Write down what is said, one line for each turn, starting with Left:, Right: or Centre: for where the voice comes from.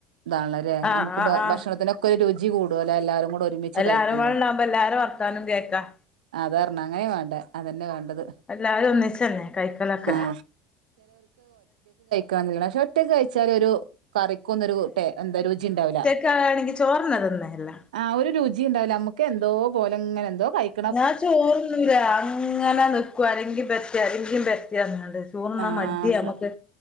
Right: ഇതാണല്ലല്ലേ?
Left: ആഹ്
Right: നമുക്ക്
Left: ആഹ് ആഹ്
Right: ഭക്ഷണത്തിനൊക്കെ ഒരു രുചി കൂടും അല്ലോ? എല്ലാരും കൂടെ ഒരുമിച്ച്
Left: എല്ലാരുംപട്ണ്ടാവുമ്പോ
Right: കഴിക്കുമ്പോ
Left: എല്ലാര വർത്താനും കേൾക്കാം.
Right: അതാർണ് അങ്ങനെയെ വേണ്ടേ അതന്നെ വേണ്ടത്.
Left: എല്ലാരും ഒന്നിച്ചന്നെ കൈക്കലൊക്കെ.
Right: ആഹ് കന്ന് പഷെ ഒറ്റക്ക് കഴിച്ചാല് ഒരു കറിക്കുന്നൊരു ടേ എന്താ രുചിണ്ടാവുലാ.
Left: കയാണെങ്കിൽ ചോർന്നതിന്നേല്ല.
Right: ആഹ് ഒരു രുചീണ്ടാവില്ല നമക്ക് എന്തോ പോലെങ്ങനെ എന്തോ കയ്-
Left: ഞാൻ ചോറ്ന്നൂലാ. ങ്ങനേ നിക്കൂ ആരേങ്കിലും വര്റ്റെ ആരെങ്കി വര്റ്റേ ന്ന് പർഞ്ഞ്ങ്ങാണ്ട്. ചോർന്നാ
Right: ആഹ്
Left: മട്യമ്മ്ക്ക്.
Right: സ